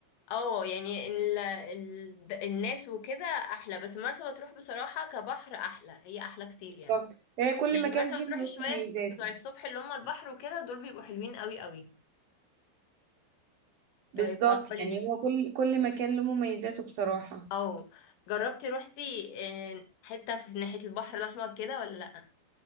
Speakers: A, on the left; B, on the right.
A: اه يعني ال... ال... الناس وكده احلى بس مرسى مطروح بصراحه كبحر احلى هي احلى كتير يعني
B: طب هي كل
A: يعني
B: مكان
A: مرسى
B: فيهم
A: مطروح
B: له
A: شويه
B: مميزات
A: الص- بتوع الصبح اللي هم البحر وكده دول بيبقوا حلوين قوي قوي
B: بالظبط
A: طيب هقول
B: يعني
A: لك
B: هو كل كل مكان له مميزاته بصراحة
A: اه جربتي روحتي آه، حته في ناحيه البحر الاحمر كده ولا